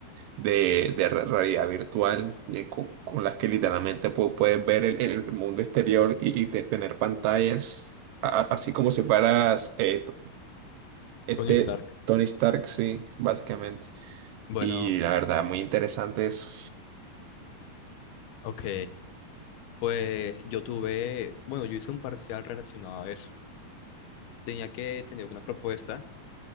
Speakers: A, on the right; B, on the left.
A: de, de re- realidad virtual eh, co- con, las que literalmente pu- puedes ver el, el mundo exterior y, y te- tener pantallas, a- a- así como si fueras eh, t- este
B: Tony Stark.
A: Tony Stark, sí, básicamente.
B: Bueno,
A: Y la verdad, muy interesante eso.
B: ok, pues yo tuve, bueno, yo hice un parcial relacionado a eso. Tenía que tener una propuesta,